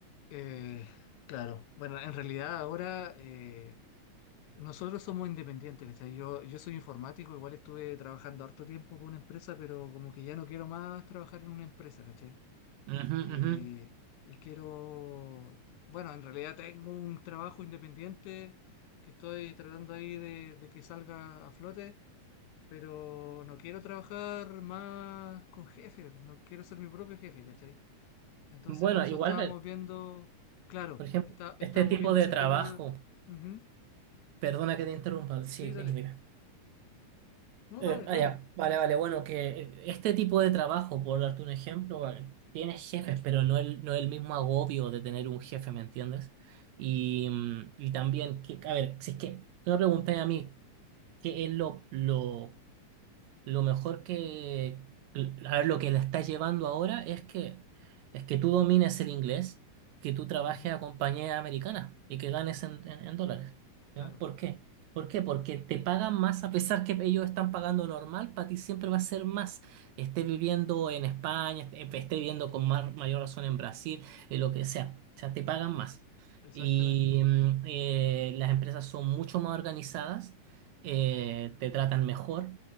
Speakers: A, on the left; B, on the right.
A: Eh, claro, bueno, en realidad ahora eh, nosotros somos independientes, ¿cachai? Yo, yo soy informático, igual estuve trabajando harto tiempo por una empresa, pero como que ya no quiero más trabajar en una empresa, ¿cachai?
B: Ujú,
A: Eh,
B: ujú.
A: y quiero, bueno, en realidad tengo un trabajo independiente que estoy tratando ahí de, de que salga a flote, pero no quiero trabajar más con jefe, no quiero ser mi propio jefe, ¿cachai? Entonces,
B: Bueno,
A: por eso
B: igual,
A: estábamos
B: ve-
A: viendo, claro,
B: por ejemplo,
A: está, estábamos
B: este tipo
A: viendo
B: de
A: ese
B: trabajo,
A: tema. Ujú,
B: perdona que te interrumpa, sí,
A: Sí,
B: dime,
A: dale.
B: dime.
A: No,
B: Eh,
A: dale,
B: ah,
A: dale.
B: ya, vale, vale, bueno, que eh, este tipo de trabajo, por darte un ejemplo, vale, tienes jefes, pero no el, no el mismo agobio de tener un jefe, ¿me entiendes? Y, mm, y también, que, a ver, si es que tú me preguntas a mí, ¿qué es lo, lo lo mejor que, a ver, lo que la está llevando ahora es que, es que tú domines el inglés, que tú trabajes
A: Ujú,
B: a compañías americanas y que ganes en, en- en dólares.
A: Claro,
B: ¿ya? ¿Por qué? ¿Por qué? Porque te pagan más a pesar que ellos están pagando normal, para ti siempre va a ser más. Esté viviendo en España, esté, esté viviendo con más, mayor razón en Brasil, en lo que sea. O sea, te pagan más.
A: exactamente.
B: Y mm, eh, las empresas son mucho más organizadas, eh, te tratan mejor